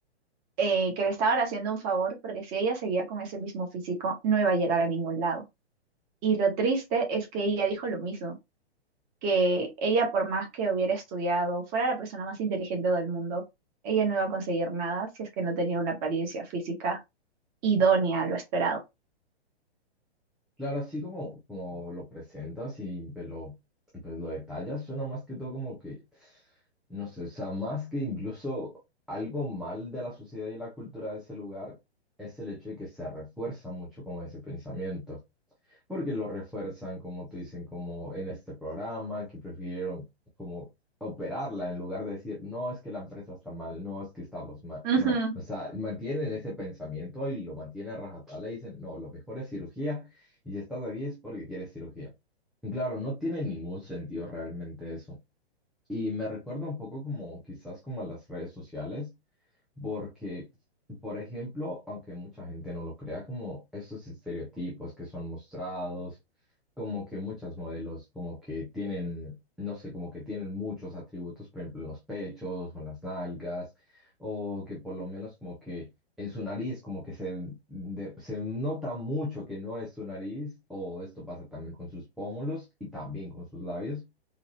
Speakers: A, on the right; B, in the centre.
A: eh, que le estaban haciendo un favor porque si ella seguía con ese mismo físico, no iba a llegar a ningún lado. Y lo triste es que ella dijo lo mismo, que ella por más que hubiera estudiado, fuera la persona más inteligente del mundo, ella no iba a conseguir nada si es que no tenía una apariencia física idónea a lo esperado.
B: Claro, así como, como lo presentas y pues lo, pues lo detallas, suena más que todo como que, no sé, o sea, más que incluso algo mal de la sociedad y la cultura de ese lugar es el hecho de que se refuerza mucho como ese pensamiento porque lo refuerzan, como te dicen, como en este programa, que prefirieron como operarla en lugar de decir, no, es que la empresa está mal, no, es que estamos mal,
A: Ujú.
B: no. O sea, mantienen ese pensamiento y lo mantienen a rajatabla y dicen, no, lo mejor es cirugía y si estás aquí es porque quieres cirugía. Y claro, no tiene ningún sentido realmente eso. Y me recuerda un poco como quizás como a las redes sociales. Porque, por ejemplo, aunque mucha gente no lo crea, como estos estereotipos que son mostrados, como que muchas modelos como que tienen, no sé, como que tienen muchos atributos, por ejemplo, en los pechos o en las nalgas, o que por lo menos como que en su nariz como que se, de- se nota mucho que no es su nariz, o esto pasa también con sus pómulos y también con sus labios.